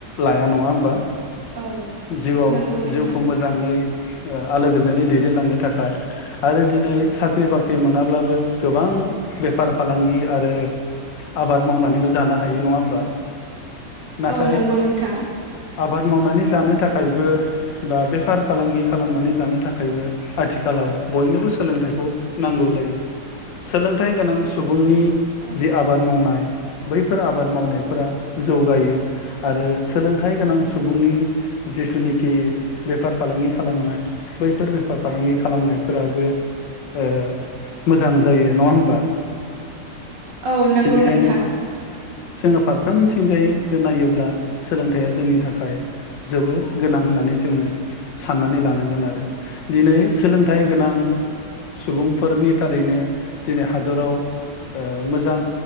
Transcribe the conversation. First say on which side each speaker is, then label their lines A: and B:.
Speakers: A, on the left; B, on the right.
A: लाया नङा होमबा?
B: औ
A: जिउआव
B: नंगौ नोंथां
A: जिउखौ मोजाङै ओ आलो गोजोनै दैदेनलांनो थाखाय आरो दिनै साख्रि बाख्रि मोनाब्लाबो गोबां बेफार फालांगि आरो आबाद मावनानैबो जानो हायो नङा होमबा? नाथाय
B: औ नंगौ नोंथां
A: आबाद मावनानै जानो थाखायबो बा बेफार फालांगि खालामनानै जानो थाखायबो आथिखालाव बयनोबो सोलोंथाइखौ नांगौ जायो। सोलोंथाइ गोनां सु बुंनि
B: औ
A: जि आबाद मावनाय बैफोर आबाद मावनायफोरा जौगायो आरो सोलोंथाइ गोनां सुबुंनि जिथुनिखि बेफार फालांगि खालामनाय बैफोर बेफार फालांगि खालामनायफोराबो ओ मोजां जायो नङा होमबा?
B: औ नंगौ
A: बेनिखायनो
B: नोंथां।
A: जोङो फारफ्रोमथिंजायैबो नायोब्ला सोलोंथाइया जोंनि थाखाय जोबोद गोनां होननानै जोङो साननानै लानांगोन आरो दिनै सोलोंथाइ गोनां सुबुंफोरनि थारैनो दिनै हादराव ओ मोजां